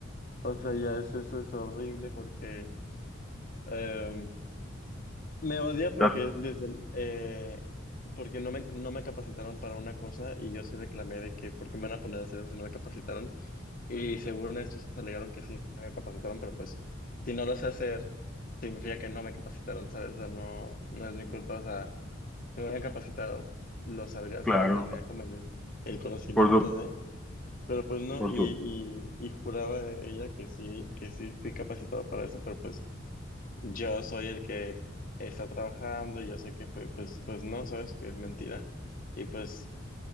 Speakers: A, on the left; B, in the centre.
A: o sea, ya eso, eso es horrible porque em, me odia porque
B: Ya-
A: desde el, eh, porque no me, no me capacitaron para una cosa y yo sí reclamé de que por qué me van a poner a hacer eso si no me capacitaron. Y según estos alegaron que sí me capacitaron, pero pues si no lo sé hacer, significa que no me capacitaron, ¿sabes? O sea, no, no es mi culpa, o sea. Si me hubieran capacitado, lo sabría hacer
B: claro,
A: o tendría como el, el conocimiento
B: por su,
A: de, pero pues no,
B: por
A: y,
B: su-
A: y, y juraba ella que sí, que sí fui capacitado para eso, pero pues yo soy el que está trabajando y yo sé que fue, pues, pues no, sabes que es mentira. Y pues